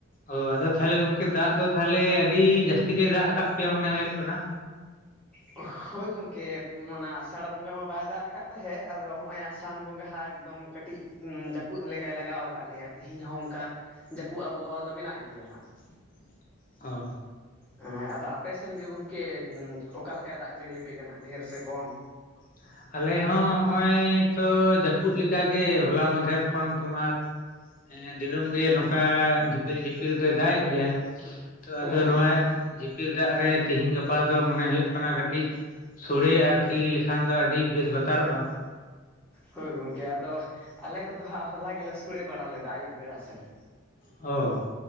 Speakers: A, on the left; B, in the centre.
A: ᱚ ᱟᱫᱚ ᱛᱟᱦᱞᱮ ᱜᱚᱝᱠᱮ ᱫᱟᱜ ᱫᱚ ᱛᱟᱦᱞᱮ ᱟᱹᱰᱤ ᱡᱟᱹᱥᱛᱤ ᱜᱮᱭ ᱫᱟᱜ ᱟᱠᱟᱫ ᱯᱮᱭᱟ ᱢᱚᱱᱮ ᱦᱩᱭᱩᱜ ᱠᱟᱱᱟ?
B: <unintelligible> ᱦᱳᱭ ᱜᱚᱢᱠᱮ ᱚᱱᱟ ᱟᱥᱟᱲ ᱵᱚᱸᱜᱟ ᱢᱟ ᱵᱟᱭ ᱫᱟᱜ ᱟᱠᱟᱫ ᱛᱟᱦᱮᱸᱫ ᱟᱫᱚ ᱱᱚᱸᱜᱼᱚᱭ ᱟᱥᱟᱱ ᱵᱚᱸᱜᱟᱦᱟᱜ ᱮᱠᱫᱚᱢᱼᱼ ᱠᱟᱹᱴᱤᱡ ᱮᱸ ᱡᱟᱹᱯᱩᱫ ᱞᱮᱠᱟᱭ ᱞᱟᱜᱟᱣ ᱟᱠᱟᱫ ᱞᱮᱭᱟ ᱛᱤᱦᱤᱧ ᱦᱚᱸ ᱚᱱᱠᱟ ᱾ ᱡᱟᱹᱯᱩᱫ ᱟᱵᱽᱦᱟᱣᱟ ᱫᱚ ᱢᱮᱱᱟᱜ ᱜᱮᱭᱟ ᱦᱟᱸᱜ ᱾
A: <unintelligible> ᱚ
B: ᱦᱮᱸ ᱟᱫᱚ ᱟᱯᱮ ᱥᱮᱱ ᱜᱮ ᱜᱚᱢᱠᱮ ᱚᱠᱟ ᱞᱮᱠᱟᱭ ᱫᱟᱜ ᱡᱟᱹᱲᱤᱭᱟᱯᱮ ᱠᱟᱱᱟ ᱰᱷᱮᱨ ᱥᱮ ᱠᱚᱢ?
A: <inaudible> ᱟᱞᱮ ᱦᱚᱸ ᱱᱚᱜᱼᱚᱚᱭ ᱛᱚ ᱡᱟᱹᱯᱩᱫ ᱞᱮᱠᱟᱜ ᱜᱮ ᱦᱚᱞᱟ ᱢᱟᱫᱷᱮᱨ ᱠᱷᱚᱱ ᱛᱳᱢᱟᱨᱼᱼ ᱦᱮᱸ ᱫᱤᱱᱟᱹᱢ ᱜᱮ ᱱᱚᱝᱠᱟ, ᱡᱷᱤᱯᱤᱨ ᱡᱷᱤᱯᱤᱨ ᱫᱚᱭ ᱫᱟᱜ ᱮᱫ ᱜᱮᱭᱟ ᱾ ᱛᱚ
B: ᱦᱩᱸ
A: ᱟᱫᱚ ᱱᱚᱣᱟ <inaudible> ᱯᱤᱨ ᱫᱟᱜ ᱨᱮ ᱛᱮᱦᱮᱧ ᱜᱟᱯᱟ ᱫᱚ ᱢᱚᱱᱮ ᱦᱩᱭᱩᱜ ᱠᱟᱱᱟ ᱠᱟᱹᱴᱤᱡ ᱥᱚᱲᱮ ᱟᱨᱠᱤᱼᱼ ᱠᱷᱟᱱ ᱫᱚ ᱟᱹᱰᱤ ᱵᱮᱥ ᱵᱟᱛᱟᱨᱚᱜᱼᱟ ᱾
B: ᱦᱚᱭ ᱜᱚᱢᱠᱮ ᱟᱫᱚ, ᱟᱞᱮ ᱠᱚᱫᱚ ᱦᱟᱸᱜ ᱦᱚᱞᱟ ᱜᱮᱞᱮ ᱥᱚᱲᱮ ᱵᱟᱲᱟ ᱞᱮᱫᱟ ᱟᱹᱭᱩᱵ ᱵᱮᱲᱟ ᱥᱮᱫ ᱾
A: ᱦᱚᱸ